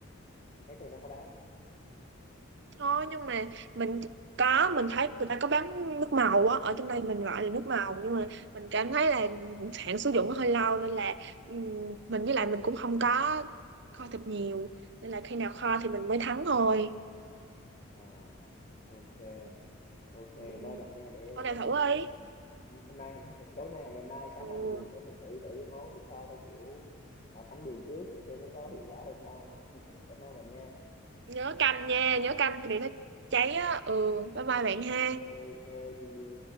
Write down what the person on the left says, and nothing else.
mình thấy người ta có bán
Ờ, ok ok
cảm ơn bạn nha để
chắc
chắn
là ngày mai hôm nay tối nay hoặc ngày mai sáng
mai mình đi về sớm mình thử thử cái món thịt kho theo kiểu ờ, sẵn đường trước để xem nó có hiệu quả hơn không <laughs> cảm ơn bạn nha
ok ok see you